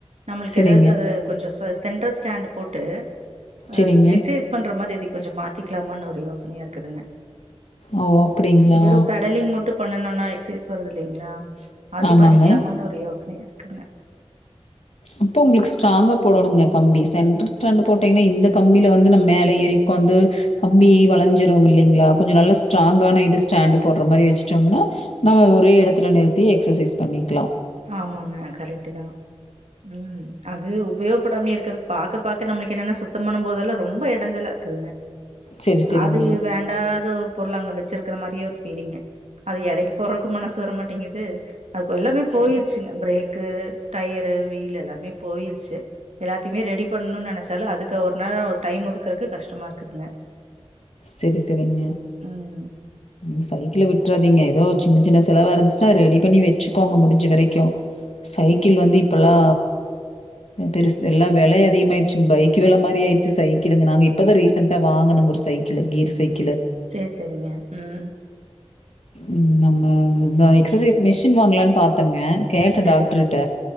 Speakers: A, on the right; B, on the left.
A: நம்மளுக்கு
B: சரிங்க.
A: ஏதாவ்து அத கொஞ்சொ ச சென்ட்ர ஸ்டாண்டு போட்டு ஆ
B: சரிங்க.
A: எக்சைஸ் பண்ற மாரி அதி கொஞ்சொ மாத்திக்லாமான்னு ஒ ரே யோசனையா இருக்குதுங்க
B: ஓ! அப்படிங்களா?
A: வெறு பெடலிங் மட்டு பண்ணுனோனா எக்ஸைஸ் வருது இல்லைங்ளா அது
B: ஆமாங்க.
A: பண்ணிக்லாமான்னு ஒரு யோச னையாருக்குங்க
B: அப்போ உங்களுக்கு ஸ்ட்ராங்க போடணுங்க கம்பி சென்ட்ர் ஸ்டாண்டு போட்டீங்கன்னா இந்த கம்பில வந்து நம் மேல ஏரி உக்காந்து கம்பி வளைஞ்சிரு இல்லைங்ளா கொஞ்சொ நல்லா ஸ்ட்ராங்கான இது ஸ்டாண்டு போட்ற மாரி வெச்சுட்டோம்னா நம்ம ஒரே எடத்துல நிறுத்தி எக்ஸசைஸ் பண்ணிக்லா
A: ஆமாங்க கரெக்ட்டுதா ம் அது உபயோகப்படாமயே இருக்றத் பாக்க பாக்க நம்ளுக் என்னன்னா சுத்தம் பண்ணம் போதெல்லா ரொம்ப எடஞ்சல இருக்குதுங்க
B: சரி, சரிங்க.
A: அது வேண்டாத ஒரு பொருள் அங்க வச் ச்சிருக்குற மாரியே ஒரு ஃபீலிங்கு அத எடைக்கி போறக்கு மனசு வர மாட்டேங்கிது அதுக்கு எல்லாமே போயிருச்சுங்க
B: சரி.
A: ப்ரேக் கு டயரு வீல் எல்லாமே போயிருச்சு எல்லாத்தைய்மே ரெடி பண்ணணுன் நெனச்சாலு அதுக்கு ஒரு நாளு டைம் ஒதுக்குறக்கு கஷ்டமா இருக்குதுங்க
B: செரி செரிங்க
A: ம்
B: நீங்க சைக்கிள விட்றாதீங்க ஏதோ சின்னச் சின்ன செலவா இருந்துச்சுனா அத ரெடி பண்ணி வெச்சுக்கோங்க முடிஞ்ச வரைக்கு சைக்கிள்
A: சேரி
B: வந்து
A: சேரிங்க
B: இப்பொல்லா பெருசு எல்லா வெலை அதிகமாய்ருச்சிங் பைக்கு வெல மாரி ஆய்ருச்சு சைக்கிளுங்க நாங்க இப்பதா ரீசண்ட்டா வாங்குனொங்க ஒரு சைக்கிளு கீர் சைக்
A: சேர் சேரிங்க ம்
B: ம் நம்ம இந்த எக்சசைஸ் மிஷின் வாங்லான் பாத்தங்க கேட்ட
A: சேரிங்க
B: டாக்ட்ருட்ட